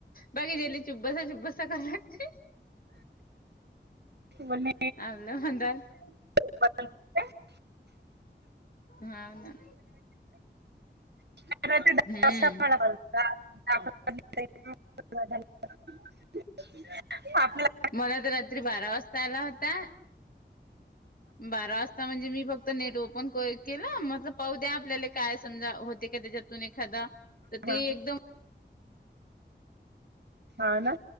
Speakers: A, on the left (about 50°); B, on the right (about 65°).
A: बाकी जेली चुब्बसा चुब्बसा क लागते
B: बोलणे
A: आलं म्हणंदात
B: <inaudible>
A: हा ना
B: सा
A: हम्म
B: मिळा <unintelligible> आप
A: मला तर रात्री बारा वाजता आला होता बारा वाजता म्हणजे मी फक्त नेट ओपन केला मतल पाहू द्या आपल्याला काय समजा होते का त्याच्यात एखादा तर ते
B: हा
A: एकदम
B: हा ना